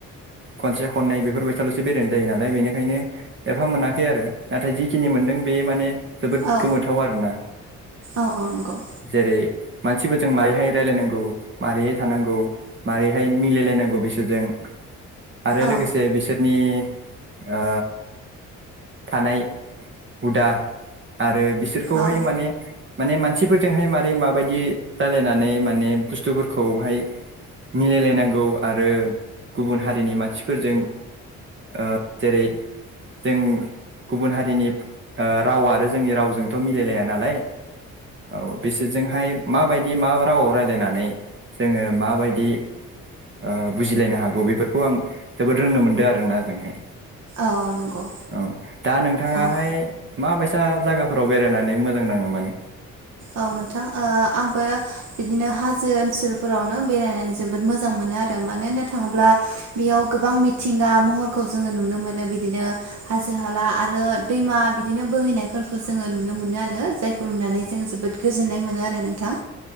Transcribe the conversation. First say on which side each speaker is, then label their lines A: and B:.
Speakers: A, on the right (about 40°); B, on the right (about 60°).
A: खनसे खननै बेफोरबायसालसो बेरायनाय जायो नालाय बेनिखायनो एफा मोनाखै आरो नाथाय जिखिनि मोन मोनदों बे माने जोबोद
B: औ
A: गोमोथाव आरोना
B: औ नंगौ
A: जेरै मानसिफोरजों मारोरैहाय रायलायनांगौ माबारैहाय थानांगौ मारै बेहाय मिलायलायनांगौ बिसोरजों आरो
B: औ
A: लोगोसे बिसोरनि ओ थानाय हुदा आरो बिसोरखौहाय
B: औ
A: माने माने मानसिफोरजोंहाय मारै माबायदि रायलायनानै माने बुस्थुफोरखौहाय मिलायलायनांगौ आरो गुबुन हारिनि मानसिफोरजों ओ जेरै जों गुबुन हारिनि ओ राव आरो जोंनि रावजोंथ' मिलायलाया नालाय औ बिसोरजोंहाय माबायदि मा रावआव रायलायनानै जोङो माबायदि ओ बुजिलायनो हागौ बेफोरखौ आं जोबोद रोंनो मोनदों आरोना ओजोंहाय।
B: औ नंगौ
A: औ दा नोंथाङाहाय
B: औ
A: माबायसा सा जायगाफोराव बेरायनानै मोजां नाङो माने?
B: औ नोंथां ओ आंबो बिदिनो हाजो ओनसोलफोरावनो बेरायनानै जोबोद मोजां मोन मोनो आरो मानो होननो थाङोब्ला बेयाव गोबां मिथिंगा महरखौ जोङो नुनो मोनो बिदिनो हाजो हाला आरो दैमा बिदिनो बोहैनायफोरखौ जोङो नुनो मोनो आरो जायखौ नुनानै जों जोबोद गोजोननाय मोनो आरो नोंथां